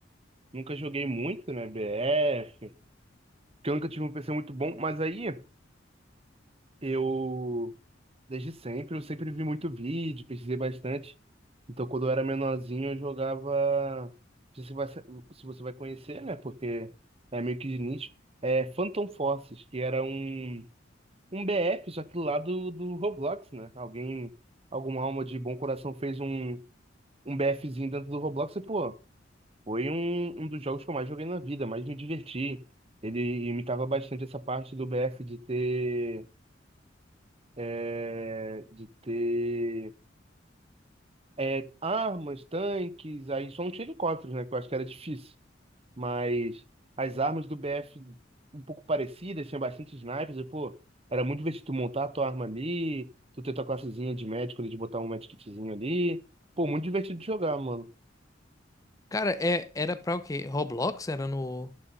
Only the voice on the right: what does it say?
nunca joguei muito, né, BF, porque eu nunca tive um PC muito bom, mas aí eu Desde sempre, eu sempre vi muito vídeo, pesquisei bastante. Então, quando eu era menorzinho, eu jogava. Não sei Se você vai, se você vai conhecer, né? Porque é meio que de nicho. É Phantom Forces, que era um, um BF, só que lá do, do Roblox, né? Alguém, alguma alma de bom coração fez um, um BFzinho dentro do Roblox e, pô, foi um, um dos jogos que eu mais joguei na vida, mais me diverti. Ele imitava bastante essa parte do BF de ter. é, de ter é, armas, tanques, aí só não tinha helicópteros, né? Que eu acho que era difícil. Mas as armas do BF um pouco parecidas, tinha bastante snipers, e pô, era muito divertido tu montar a tua arma ali, tu ter tua classezinha de médico ali, de botar um medkitzinho ali. Pô, muito divertido de jogar, mano.